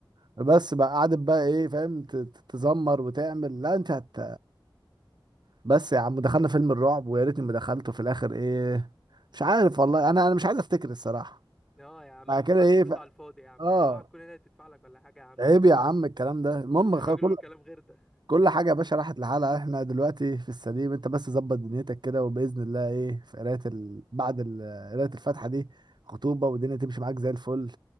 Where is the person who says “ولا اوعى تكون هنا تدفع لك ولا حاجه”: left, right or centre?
Centre